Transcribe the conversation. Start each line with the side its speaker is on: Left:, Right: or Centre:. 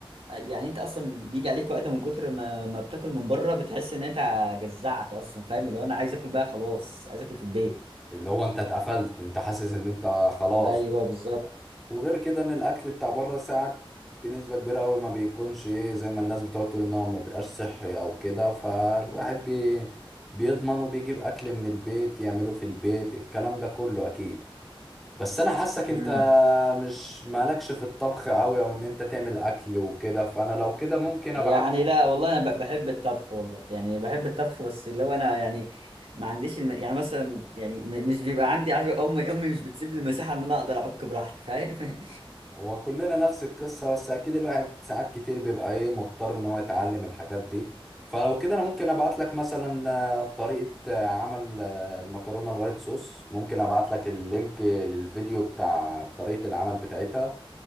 Right: يعني انت اصلا بيجي عليك وقت من كتر ما ما بتاكل من بره بتحس ان انت جزعت اصلا فاهم اللي هو انا عايز اكل بقى خلاص عايز اكل في البيت
Centre: اللي هو انت اتقفلت انت حاسس ان انت خلاص
Right: ايوه بالظبط
Centre: وغير كده ان الاكل بتاع بره ساعات بنسبه كبيره قوي ما بيكونش ايه زي ما الناس بتقعد تقول ان هو ما بيبقاش صحي او كده فالواحد بي بيضمن وبيجيب اكل من البيت يعمله في البيت الكلام ده كله اكيد بس انا حاسك
Right: امم
Centre: انت مش مالكش في الطبخ قوي او ان انت تعمل اكل وكده فانا لو كده ممكن
Right: يعني
Centre: ابعت
Right: لا والله انا ب- بحب الطبخ والله يعني بحب الطبخ بس اللي هو انا يعني ما عنديش الم... يعني مثلا يعني م... مش بيبقى عندي عارف امي امي مش بتسيب لي المساحه ان انا اقدر اعك براحتي فاهم
Centre: هو كلنا نفس القصة بس أكيد الواحد ساعات كتير بيبقى إيه مضطر إن هو يتعلم الحاجات دي فلو كده أنا ممكن أبعت لك مثلا آه، طريقة آه، عمل آه، المكرونة الوايت صوص ممكن أبعت لك اللينك للفيديو بتاع طريقة العمل بتاعتها